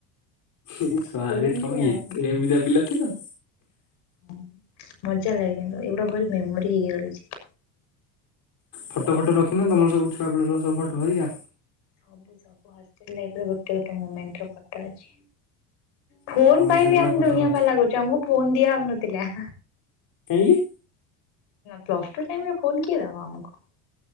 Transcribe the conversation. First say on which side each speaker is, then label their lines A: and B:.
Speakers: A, on the left (about 50°); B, on the left (about 65°).
A: ଏ ଶଳାରେ
B: ଏମିତି
A: ତମେ
B: ଆଉ
A: ଏତେ ଏମିତିଆ ପିଲା ଥିଲ?
B: ହଁ ମଜା ଲାଗେ କିନ୍ତୁ ଏଗୁଡ଼ା ବ ମେମୋରି ହେଇକି ରହିଛି।
A: ଫଟ ଫଟ ରଖିନ ତମ ସବୁ ଛୁଆବେଳର ସବୁ ଫଟ ହେରିକା?
B: ସବୁ ସବୁ ହଷ୍ଟେଲ ଲାଇଫର ଗୋଟେ ଗୋଟେ ମୋମେଣ୍ଟର ଫଟ ଅଛି। ଫୋନ
A: ହଁ
B: ପାଇଁ
A: ସେଗୁଡା
B: ବି ଆମେ
A: ଫଟୋ
B: ଦୁନିଆ
A: ରଖି
B: ପାଲା କରିଛୁ ଆମକୁ ଫୋନ ଦିଆ ହଉନଥିଲା।
A: କାହିଁକି?
B: ପ୍ଲସ ଟୁ ଟାଇମ୍ ରେ ଫୋନ୍ କିଏ ଦବ ଆମକୁ?